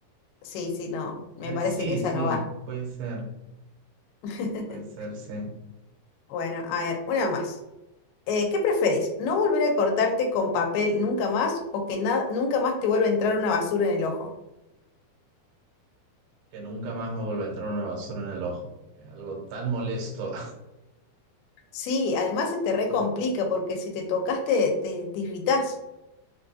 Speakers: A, on the left; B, on the right.
A: Sí, sí, no, me
B: Eh,
A: parece
B: sí,
A: que esa
B: sí,
A: no va.
B: puede ser,
A: <laughs>
B: puede ser, sí,
A: Bueno, a ver, una más. Eh, ¿qué preferís? ¿No volver a cortarte con papel nunca más o que na- nunca más te vuelva a entrar una basura en el ojo?
B: que nunca más me vuelva a entrar una basura en el ojo, Es algo tan molesto.
A: Sí, además se te recomplica
B: <laughs>
A: porque si te tocaste te, te irritás.